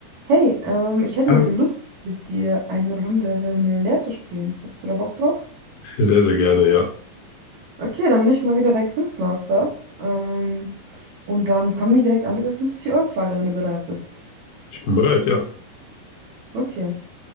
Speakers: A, on the right (about 65°); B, on the left (about 75°).
A: Hey, ähm, ich hätte
B: Hallo.
A: heute Lust, mit dir eine Runde Wer wird Millionär zu spielen. Hättest du da Bock drauf?
B: Sehr, sehr gerne, ja.
A: Okay, dann bin ich mal wieder dein Quizmaster. Ähm, und dann fangen wir direkt an mit der 50-Euro-Frage, wenn du bereit bist.
B: Ich bin bereit, ja.
A: Okay.